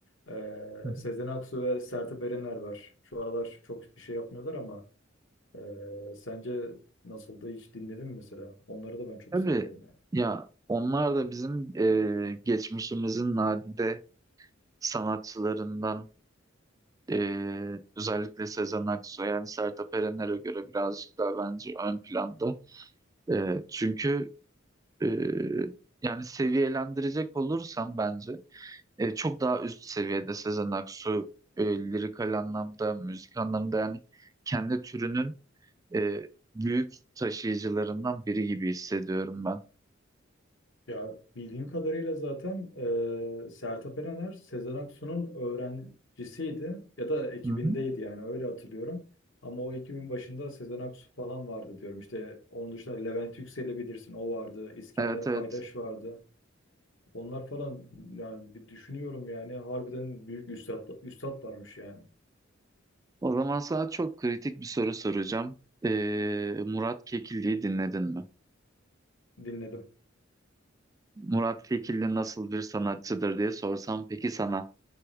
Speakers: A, on the left; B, on the right.
A: Ee,
B: Hı hı.
A: Sezen Aksu ve Sertab Erener var. Şu aralar çok bir şey yapmıyorlar ama ee, sence nasıldı hiç dinledin mi mesela? Onları da ben çok
B: Tabii
A: seviyorum
B: ya onlar da bizim e, geçmişimizin nadide sanatçılarından e, özellikle Sezen Aksu yani Sertab Erener'e göre birazcık daha bence ön planda. E, çünkü e, yani seviyelendirecek olursam bence e, çok daha üst seviyede Sezen Aksu e, lirikal anlamda, müzik anlamda yani kendi türünün e, büyük taşıyıcılarından biri gibi hissediyorum ben.
A: Ya bildiğim kadarıyla zaten e, Sertab Erener Sezen Aksu'nun öğrencisiydi ya da ekibindeydi
B: Hı hı.
A: yani öyle hatırlıyorum. Ama o ekibin başında Sezen Aksu falan vardı diyorum. İşte onun dışında Levent Yüksel'i bilirsin o vardı. İskender
B: Evet evet.
A: Paydaş vardı. Onlar falan yani bir düşünüyorum yani harbiden büyük üstad, üstadlarmış yani.
B: O zaman sana çok kritik bir soru soracağım. E, Murat Kekilli'yi dinledin mi?
A: Dinledim.
B: Murat Kekilli nasıl bir sanatçıdır diye sorsam peki sana